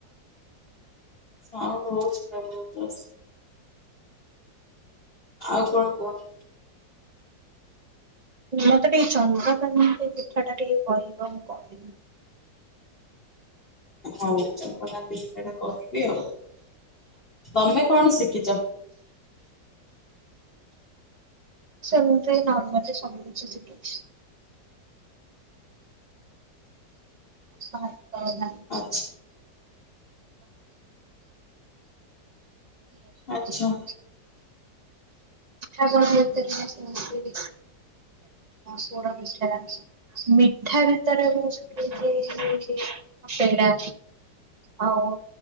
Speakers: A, on the left; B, on the right.
A: ସାଉଣ୍ଡ ହୋଉଚି ପ୍ରବଳ ଜୋରସେ। ଆଉ କଣ କୁହ?
B: ନା ମତେ ଟିକେ ଚନ୍ଦ୍ରକ୍ରାନ୍ତି ପିଠା ଟା ଟିକେ କହିବ ମୁଁ କରିବି।
A: ହଉ ଚନ୍ଦ୍ରକାନ୍ତି ପିଠାଟା କହିବି ଆଉ। ତମେ କଣ ଶିଖିଚ?
B: ସେମିତି ନାହିଁ ମୁ ତ ସବୁ କିଛି ଶିଖିଚି। ଭାଇଁ କୋହୁନାହାନ୍ତି।
A: ଆଚ୍ଛା ଆଚ୍ଛା
B: <unintelligible> ଆଉ ଜଣେ ଏତେ <unintelligible> ପୋଡ଼ ପିଠା ମିଠା ଭିତରେ ମୁଁ ଶିଖିଚି ପେଡ଼ା। ଆଉ